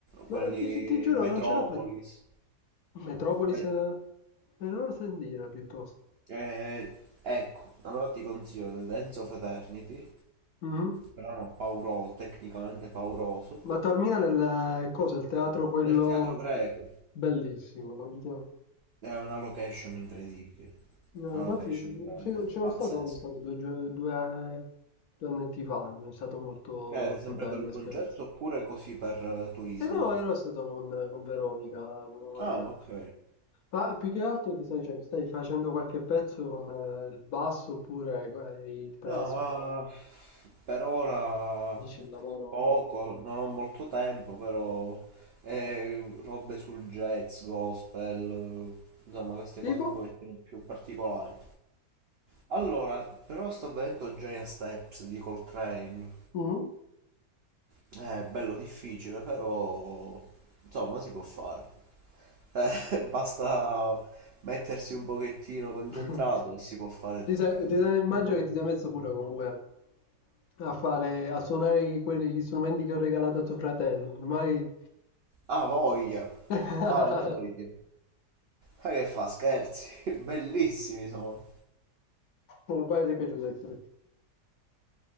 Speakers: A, on the right; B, on the left.
A: Quelli
B: no, ti, gi- ti giuro,
A: Metropolis.
B: non ce l'ho pre... Metropolis?
A: Beh,
B: eh? Me lo sentire piuttosto.
A: Eh, ecco, allora ti consiglio The Dance of Eternity,
B: Mhm.
A: brano pauroso, tecnicamente pauroso,
B: Ma Taormina nel, cosa, il teatro quello
A: nel teatro greco.
B: bellissimo, guarda.
A: È una location incredibile,
B: No,
A: una
B: infatti
A: location veramente
B: c'ero c'ero
A: pazzesca.
B: stato quando è stato due, gio- due, due annetti fa, è stato molto,
A: Eh,
B: molto
A: sempre
B: bella
A: per un
B: esperienza.
A: concerto oppure così per eh, turismo?
B: Eh no, ero stato con, con Veronica, proprio come
A: Ah,
B: piace.
A: ok.
B: Ma più che altro ti sto dicendo, stai facendo qualche pezzo con eh, il basso oppure hai- per
A: No,
B: adesso
A: ma per ora
B: dici il lavoro?
A: poco, non ho molto tempo, però eh, robe sul jazz, gospel, eh, insomma queste
B: Tipo?
A: cose un pochettino più particolari. Allora, però sto vedendo Giant Steps di Coltrane.
B: Mm?
A: È bello difficile, però insomma si può fare. Eh, <laughs> basta mettersi un pochettino concentrato
B: <laughs>
A: e si può fare
B: Ti sei-
A: un
B: ti sei- immagino
A: un po'
B: che
A: tutto.
B: ti sei messo pure comunque a fare, a suonare quelli, gli strumenti che ho regalato a tuo fratello. Ormai...
A: Ah, voglia!
B: <laughs>
A: Ah, voglia! Ma che fa scherzi? <laughs> Bellissimi sono.
B: Quale ti è piaciuto di più?